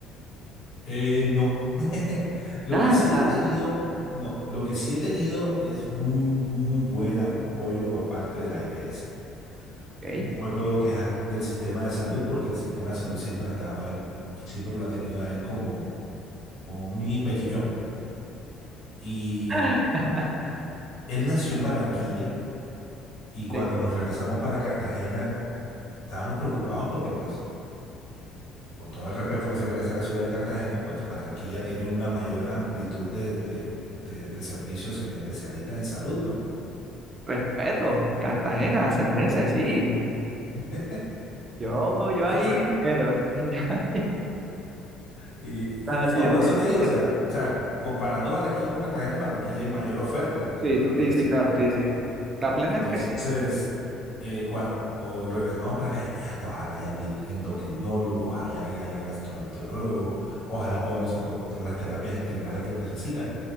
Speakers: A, on the left; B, on the right.
A: Eh, no. <laughs> Lo
B: Nada
A: que sí
B: de nada.
A: he tenido, no, lo que sí he tenido es muy, muy buen apoyo por parte de la EPS.
B: Ok,
A: No me puedo quejar del sistema de salud porque el sistema de salud siempre ha estado a él, siempre lo ha tenido a él como, como muy pechichón. Y
B: <laughs>
A: él nació en Barranquilla y cuando
B: listo.
A: nos regresamos para Cartagena estábamos preocupados porque pues con todo el respeto que se merece la ciudad de Cartagena, pues Barranquilla tiene una mayor amplitud de, de de servicios en especialistas en salud, ¿no?
B: Respeto.
A: Y
B: Cartagena se merece, sí.
A: <laughs>
B: Yo, yo ahí
A: No sé.
B: difiero. <laughs> Yo ahí-
A: Y,
B: Ah, sí,
A: y no,
B: entiendo,
A: por eso te digo,
B: entiendo.
A: o sea, o sea, comparando Barranquilla con Cartagena, en Barranquilla hay mayor oferta, es lo que
B: Sí,
A: te trato
B: sí,
A: de decir.
B: sí, claro, sí, sí. La plena
A: Entonces,
B: es que sí.
A: eh, cuando regresamos para acá, yo, mierda, ojalá haya endocrinólogos, ojalá haya gastroenterólogo, ojalá podamos encontrar las terapias integrales que él necesita.